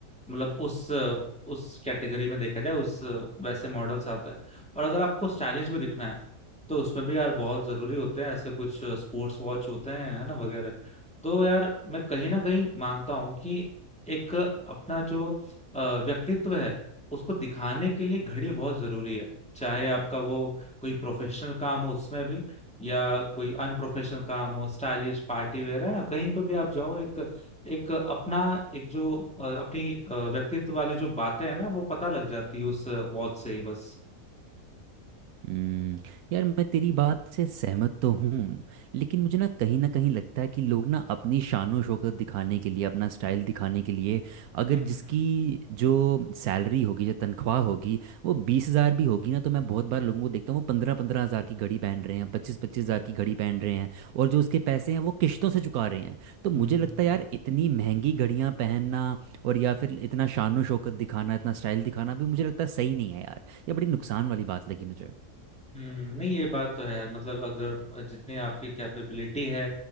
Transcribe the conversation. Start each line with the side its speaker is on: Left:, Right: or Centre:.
Centre: मतलब उस उस कैटेगरी में देखा जाए उस वैसे मॉडल्स आते हैं और अगर आपको स्टाइलिश भी दिखना है तो उसमें भी यार बहुत जरूरी होते हैं ऐसे कुछ स्पोर्ट्स वॉच होते हैं है ना वगैरह तो यार मैं कहीं ना कहीं मानता हूँ कि एक अपना जो अ, व्यक्तित्व है उसको दिखाने के लिए घड़ी बहुत जरूरी है चाहे आपका वो कोई प्रोफेशनल काम हो उसमें भी या कोई अनप्रोफेशनल काम हो स्टाइलिश पार्टी वेयर है ना कहीं पे भी आप जाओ एक एक अपना एक जो अ, अपनी अ, व्यक्तित्व वाली जो बातें हैं ना वो पता लग जाती है उस वॉच से ही बस
Right: हम्म यार मैं तेरी बात से सहमत तो हूँ लेकिन मुझे ना कहीं ना कहीं लगता है कि लोग ना अपनी शानो शौकत दिखाने के लिए अपना स्टाइल दिखाने के लिए अगर
Centre: हम्म
Right: जिसकी जो सैलरी होगी जो तनख्वाह होगी वो बीस हज़ार भी होगी ना तो मैं बहुत बार लोगों को देखता हूँ वो पंद्रह पंद्रह हज़ार की घड़ी पहन रहे हैं पच्चीस पच्चीस हज़ार की घड़ी पहन रहे हैं और जो उसके पैसे हैं वो किश्तों से चुका रहे हैं तो
Centre: हम्म
Right: मुझे लगता
Centre: हम्म,
Right: है यार इतनी महंगी घड़ियाँ पहनना और या फिर इतना शानो शौकत दिखाना इतना स्टाइल दिखाना भी मुझे लगता है सही नहीं है यार ये बड़ी नुकसान वाली बात लगी मुझे
Centre: हम्म, नहीं ये बात तो है यार मतलब अगर जितनी आपकी कैपेबिलिटी है